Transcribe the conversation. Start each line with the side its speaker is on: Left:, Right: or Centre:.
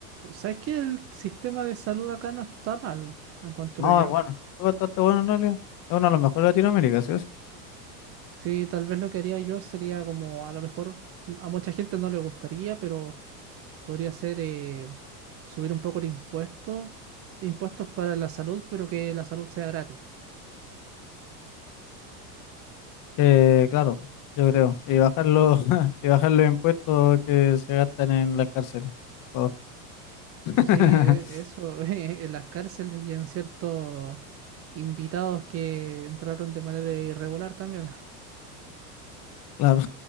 Right: ¿Sabes que el sistema de salud acá no está mal, encuentro
Left: No,
Right: yo?
Left: es bueno, es bastante bueno en realidad. Es uno de los mejores de Latinoamérica, sí o sí.
Right: Sí, tal vez lo que haría yo sería como, a lo mejor a mucha gente no le gustaría, pero podría ser eh, subir un poco el impuesto, impuestos para la salud, pero que la salud sea gratis.
Left: Eh, claro, yo creo. Y bajar los, <laughs> y bajar los impuestos que se gastan en las cárceles, por favor. <laughs>
Right: Sí, e- eso, <laughs> en las cárceles y en ciertos invitados que entraron de manera irregular también.
Left: Claro.